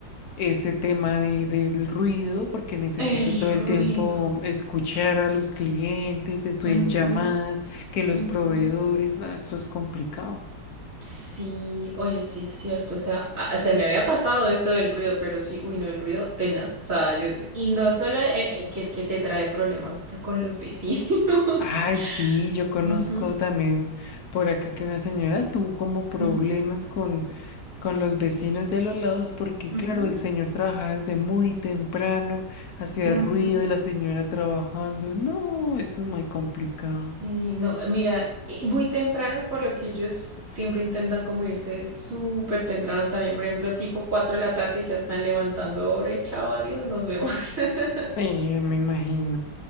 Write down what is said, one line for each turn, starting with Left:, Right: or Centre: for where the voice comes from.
Left: ese tema de, del ruido, porque necesito
Right: El
Left: todo el
Right: ruido.
Left: tiempo escuchar a los clientes, estoy
Right: ujú,
Left: en llamadas, que los
Right: ujú.
Left: proveedores, no, eso es complicado.
Right: Sí, oye, sí es cierto, o sea, a- se me había pasado eso del ruido, pero sí, uy, no, el ruido tenaz, o sea, yo, y no solo eh, eh, que es que te trae problemas hasta con los vecinos.
Left: Ay, sí,
Right: <laughs>
Left: yo conozco
Right: Ujú,
Left: también por acá que una señora tuvo como problemas
Right: ujú,
Left: con, con los vecinos de a los lados, porque
Right: ujú,
Left: claro, el señor trabajaba desde muy temprano, hacía
Right: ujú.
Left: ruido y la señora trabajando. No, eso es muy complicado.
Right: Sí, no, mira, y muy temprano, por lo que ellos siempre intentan como irse súper temprano también, por ejemplo, tipo 4 de la tarde ya están levantando hora y chao, adiós, nos vemos. <laughs>
Left: Sí, yo me imagino.